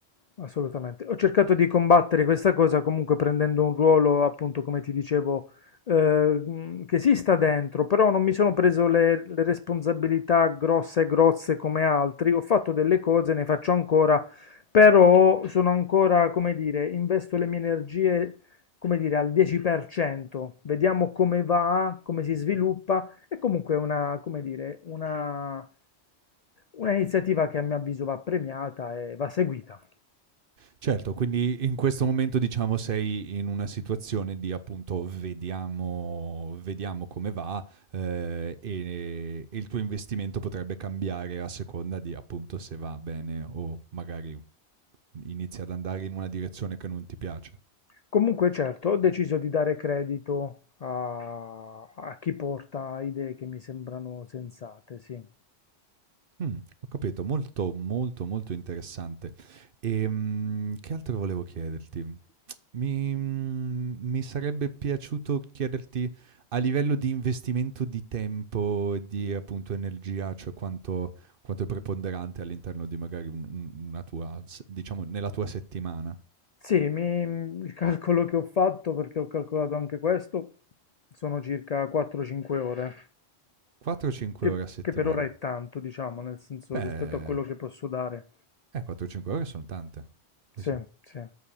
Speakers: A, on the left; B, on the right.
A: assolutamente. Ho cercato di combattere questa cosa comunque prendendo un ruolo, appunto, come ti dicevo, eh, mh, che si sta dentro, però non mi sono preso le, le responsabilità grosse e grosse come altri. Ho fatto delle cose, ne faccio ancora, però sono ancora, come dire, investo le mie energie, come dire, al 10%. Vediamo come va, come si sviluppa. È comunque una, come dire, una, una iniziativa che a mio avviso va premiata e va seguita.
B: Certo, quindi in questo momento diciamo sei in una situazione di appunto vediamo, vediamo come va ehm, e e il tuo investimento potrebbe cambiare a seconda di appunto se va bene o magari inizia ad andare in una direzione che non ti piace.
A: Comunque, certo, ho deciso di dare credito a, a chi porta idee che mi sembrano sensate, sì.
B: Mh, ho capito, molto, molto, molto interessante. Ehm, che altro volevo chiederti? Mi mhmm, mi sarebbe piaciuto chiederti a livello di investimento di tempo e di, appunto, energia, cioè quanto quanto è preponderante all'interno di magari un un una tua s diciamo nella tua settimana.
A: Sì, mi- il calcolo che ho fatto, perché ho calcolato anche questo, sono circa 4-5 ore,
B: 4 o 5
A: che,
B: ore a settimana?
A: che per ora è tanto, diciamo, nel senso
B: Beh,
A: rispetto a quello che posso dare.
B: eh, 4 o 5 ore son tante.
A: Sì,
B: Sì, sì.
A: sì.